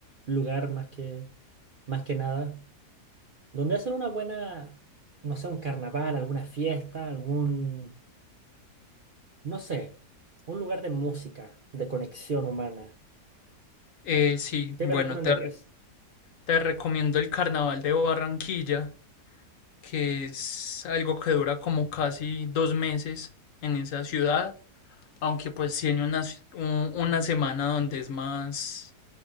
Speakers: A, on the right; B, on the left.
A: lugar más que, más que nada. donde hacen una buena, no sé, un carnaval, alguna fiesta, algún, no sé, un lugar de música, de conexión humana.
B: Eh, sí,
A: ¿Qué
B: bueno,
A: me recomendarías?
B: te, re- te recomiendo el Carnaval de Barranquilla, que es algo que dura como casi dos meses en esa ciudad, aunque pues tiene una, ci- un- una semana donde es más